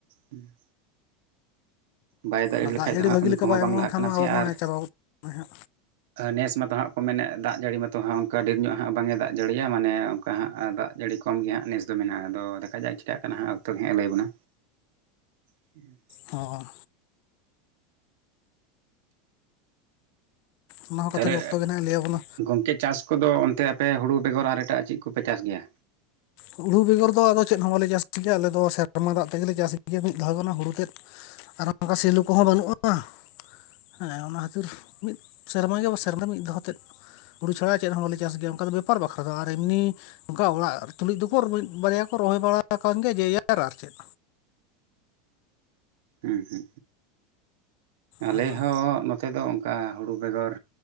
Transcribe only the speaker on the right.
ᱦᱩᱸ᱾ ᱵᱟᱭ ᱫᱟᱜ ᱫᱟᱲᱮ
ᱞᱮᱠᱷᱟᱡ
ᱫᱚ ᱦᱟᱸᱜ
ᱩᱱᱠᱩ
ᱠᱚᱦᱚᱸ
ᱵᱟᱝ
ᱞᱟᱦᱟᱜ
ᱠᱟᱱᱟ,
ᱥᱮ
ᱟᱨ
ᱱᱮᱥ ᱢᱟᱛᱚ ᱦᱟᱸᱜ ᱠᱚ ᱢᱮᱱᱮᱫ ᱫᱟᱜ ᱡᱟᱹᱲᱤ ᱢᱟᱛᱚ ᱦᱟᱜ ᱚᱱᱠᱟ ᱰᱷᱮᱨ ᱧᱚᱜ ᱦᱟᱸᱜ ᱵᱟᱝ ᱮ ᱫᱟᱜ ᱡᱟᱹᱲᱤᱭᱟ ᱢᱟᱱᱮ ᱚᱝᱠᱟ ᱦᱟᱸᱜ ᱫᱟᱜ ᱡᱟᱹᱲᱤ ᱠᱚᱢ ᱜᱮ ᱦᱟᱸᱜ ᱱᱮᱥ ᱫᱚ ᱢᱮᱱᱟᱜᱼᱟ᱾ ᱟᱫᱚ ᱫᱮᱠᱷᱟ ᱡᱟᱜᱽ ᱪᱮᱠᱟᱜ ᱠᱟᱱᱟ ᱦᱟᱸᱜ ᱚᱠᱛᱚ ᱜᱮ ᱦᱟᱸᱜ-ᱮ ᱞᱟᱹᱭ ᱟᱵᱚᱱᱟ᱾ ᱟᱪᱪᱷᱟ᱾
ᱛᱟᱦᱚᱞᱮ
ᱜᱚᱝᱠᱮ ᱪᱟᱥ ᱠᱚᱫᱚ ᱚᱱᱛᱮ ᱟᱯᱮ ᱦᱩᱲᱩ ᱵᱮᱜᱚᱨ ᱟᱨ ᱮᱴᱟᱜ ᱟᱜ ᱪᱮᱫ ᱠᱚᱯᱮ ᱪᱟᱥ ᱜᱮᱭᱟ?
ᱦᱩ ᱦᱩ ᱟᱞᱮ
ᱦᱚᱸ ᱱᱚᱛᱮ ᱫᱚ ᱚᱱᱠᱟ ᱦᱩᱲᱩ ᱵᱮᱜᱚᱨ